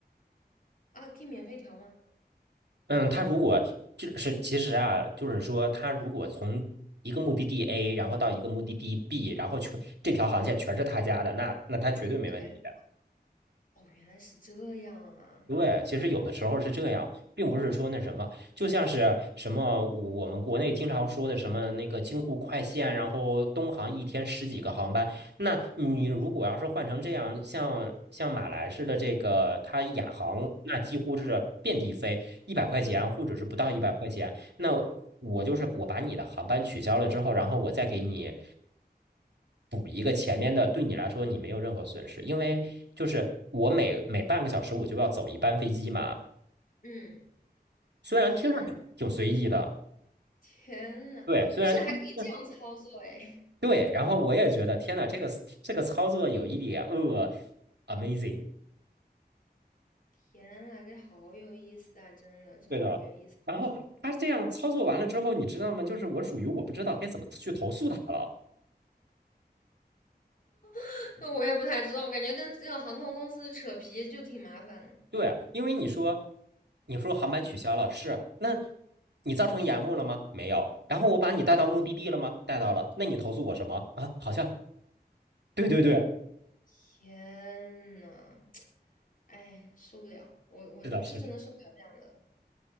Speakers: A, on the left; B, on the right.
A: 啊，可以免费调吗？
B: 嗯，他如果就是其实啊，就是说他如果从一个目的地 A，然后到一个目的地 B，然后全这条航线全是他家的，那那他绝对没问题。
A: 对，哦，原来是这样啊。
B: 对，其实有的时候是这样，并不是说那什么，就像是什么我们国内经常说的什么那个京沪快线，然后东航一天十几个航班，那你如果要是换成这样，像像马来式的这个它亚航，那几乎是遍地飞，一百块钱或者是不到一百块钱，那我就是我把你的航班取消了之后，然后我再给你补一个前面的，对你来说你没有任何损失，因为就是我每每半个小时我就要走一班飞机嘛，
A: 嗯，
B: 虽然听上去挺随意的，
A: 天天呐，
B: 对，虽然嗯
A: 不是还可以这样操作哎！
B: 对，然后我也觉得天呐，这个这个操作有一点呃 amazing，
A: <laughs> 天呐，这好有意思啊！真的，真的好有意思啊。
B: 对的。然后他这样操作完了之后，
A: 说，
B: 你知道吗？就是我属于我不知道该怎么去投诉他了。
A: <laughs> 那我也不太知道，我感觉跟这个航空公司扯皮就挺麻烦。
B: 对啊，因为你说，你说航班取消了，是啊，那你造成延误了吗？没有。然后我把你带到目的地了吗？带到了。那你投诉我什么啊？好像，对对对，
A: 天呐，<tsk> 哎，受不了！我我我是真的受不了这样的，
B: 是的，是的。